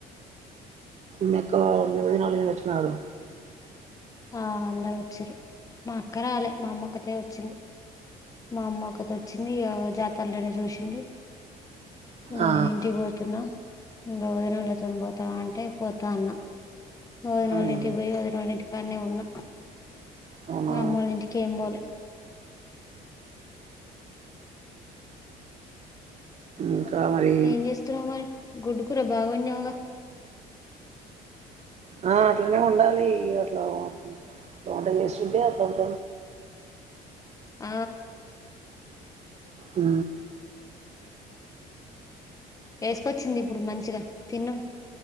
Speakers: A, on the right; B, on the left.
A: మీ అక్క మీ వదిన వాళ్ళు కూడా వచ్చినారు
B: ఆ అందరు వచ్చిర్రు మా అక్క రాలే మా అమ్మోక్కతే వచ్చింది మా అమ్మ ఒక్కతె వచ్చింది జాతరలోనే చూసింది నేను
A: ఆ
B: ఇంటికి న్నా ఇంగ వదిన వాళ్ళతోనే పోతావా అంటే పోతా అన్న వదినోళ్ళ
A: అవునా
B: ఇంటికి పోయి వదినోళ్ళ ఇంటి కాన్నే ఉన్నా
A: అవునా
B: మా అమ్మిళ్ళు ఇంటికేం పోలే
A: ఇంకా మరి
B: ఏం చేస్తున్నావ్ మరి గుడ్డు కూర బాగున్నావ్గా
A: ఆ అట్లనే ఉండాలి అట్లా వంట చేస్తుంటే అట్లాంట
B: ఆ
A: ఊ
B: ఎసుకొచ్చింది ఇప్పుడు మంచిగా తిన్నాం